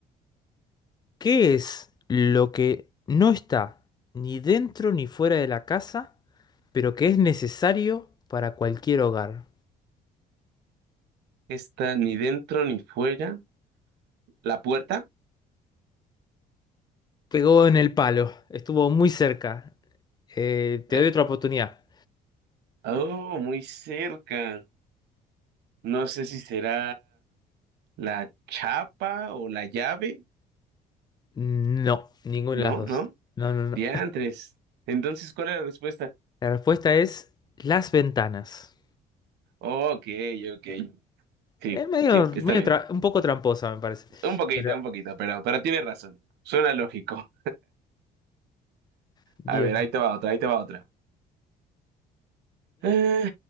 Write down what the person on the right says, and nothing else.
Está ni dentro ni fuera. ¿La puerta?
eh,
oh, muy cerca. No sé si será la chapa o la llave.
No,
no.
Diantres. Entonces, ¿cuál es la respuesta?
Ok, ok. Sí,
sí,
está bien.
Un poquito,
un poquito, pero, pero tiene razón. Suena lógico.
A
ver, ahí te va otra, ahí te va otra. Eh,